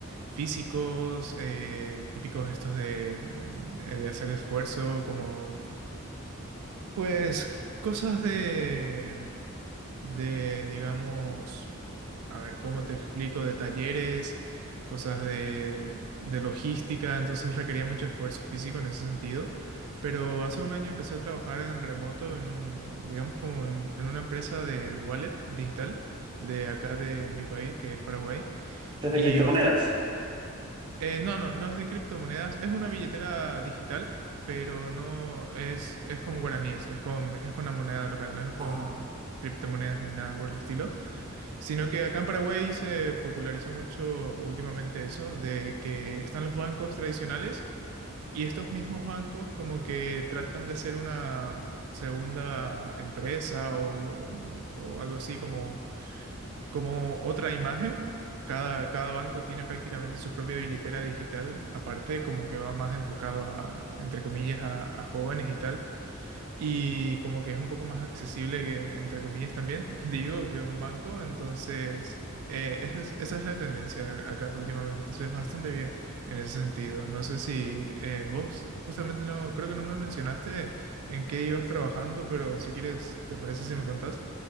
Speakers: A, on the right; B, on the right.
A: físicos, eh, típicos estos de, de hacer esfuerzo, como pues cosas de de, digamos, a ver, ¿cómo te explico? De talleres, cosas de, de logística, entonces requería mucho esfuerzo físico en ese sentido. Pero hace un año empecé a trabajar en remoto en un, digamos, como en, en una empresa de wallet digital de acá de mi país, que es Paraguay.
B: Desde
A: Y
B: criptomonedas.
A: bastante... no, no, no es de criptomonedas, es una billetera digital, pero no es, es con guaraníes, es con, es con la moneda local, no es como
B: Ah,
A: criptomonedas ni nada por el estilo. Sino que acá en Paraguay se popularizó mucho últimamente eso, de que están los bancos tradicionales y estos mismos bancos como que tratan de ser una segunda empresa o, mm, o algo así como, como otra imagen. Cada, cada banco tiene prácticamente su propia billetera digital, aparte como que va más enfocado a, entre comillas, a, a jóvenes y tal y como que es un poco más accesible que, entre comillas también, <laughs> digo, que un banco, entonces eh, esa es, esa es la tendencia acá últimamente, entonces bastante bien en ese sentido. No sé si eh, vos justamente no, creo que no me mencionaste en qué ibas trabajando, pero si quieres, ¿te parece si me contás?